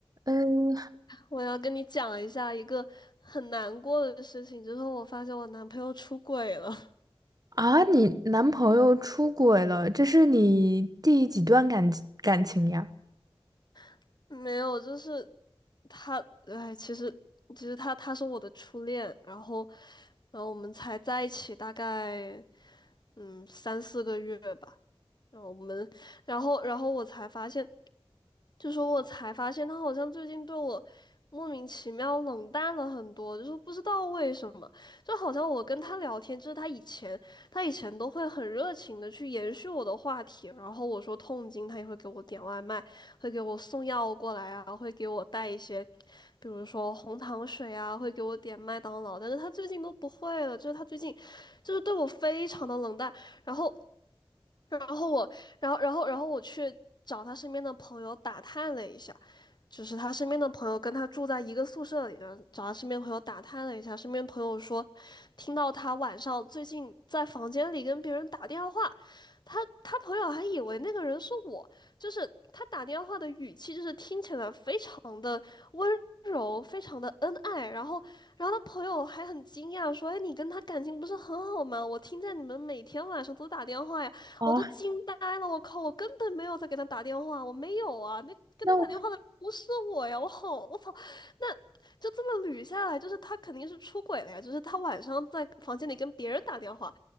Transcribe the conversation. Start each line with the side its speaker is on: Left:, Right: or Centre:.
Right: 嗯
Left: 我要跟你讲一下一个很难过的事情，就是我发现我男朋友出轨了。
Right: 啊，你男朋友出轨了，这是你第几段感感情呀？
Left: <laughs> 没有，就是他，哎，其实其实他他是我的初恋，然后然后我们才在一起大概嗯三四个月吧，然后我们然后然后我才发现。就说我才发现他好像最近对我莫名其妙冷淡了很多，就是不知道为什么，就好像我跟他聊天，就是他以前他以前都会很热情的去延续我的话题，然后我说痛经，他也会给我点外卖，会给我送药过来啊，会给我带一些，比如说红糖水啊，会给我点麦当劳，但是他最近都不会了，就是他最近就是对我非常的冷淡，然后。然后我，然后，然后，然后我去找他身边的朋友打探了一下，就是他身边的朋友跟他住在一个宿舍里，然后找他身边朋友打探了一下，身边朋友说，听到他晚上最近在房间里跟别人打电话，他他朋友还以为那个人是我，就是他打电话的语气，就是听起来非常的温柔，非常的恩爱，然后。然后他朋友还很惊讶说：“哎，你跟他感情不是很好吗？我听见你们每天晚上都打电话呀。”我都惊呆了，
Right: 啊，
Left: 我靠，我根本没有在给他打电话，我没有啊，那跟他打电话的不是我呀，
Right: 那我
Left: 我好，我操，那就这么捋下来，就是他肯定是出轨了呀，就是他晚上在房间里跟别人打电话，